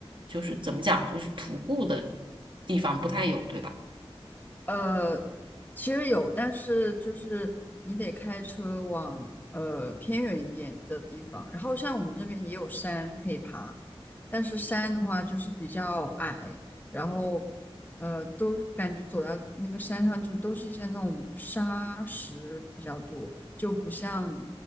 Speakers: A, on the right; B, on the left.
A: 就是怎么讲，就是徒步的地方不太有，对吧？
B: 呃，其实有，但是就是你得开车往呃偏远一点的地方。然后像我们这边也有山可以爬，但是山的话就是比较矮，然后呃都感觉走到那个山上就都是一些那种沙石比较多，就不像